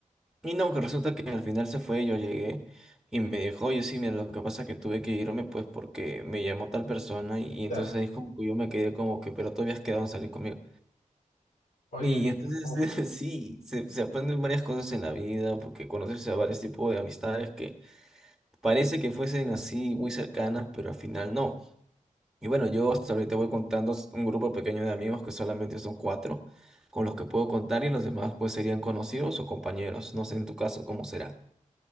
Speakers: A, in the centre; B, on the left.
A: Y no, que resulta que al final se fue, yo llegué y me dijo, oye, sí, mira, lo que pasa es que tuve que irme pues porque me llamó tal persona y, y entonces
B: Claro.
A: ahí como que yo me quedé como que, pero tú habías quedado en salir conmigo.
B: Oye,
A: Y
B: mira,
A: entonces
B: uf.
A: <laughs> sí, se, se aprenden varias cosas en la vida porque conoces a varios tipos de amistades que parece que fuesen así muy cercanas, pero al final no. Y bueno, yo hasta ahorita voy contando s- un grupo pequeño de amigos que solamente son cuatro con los que puedo contar y los demás pues serían conocidos o compañeros. No sé en tu caso cómo será.